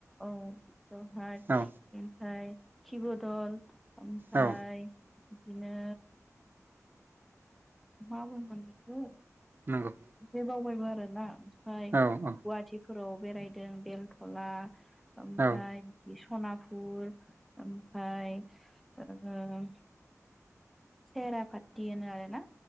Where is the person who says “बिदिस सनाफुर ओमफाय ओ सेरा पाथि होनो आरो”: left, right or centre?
Centre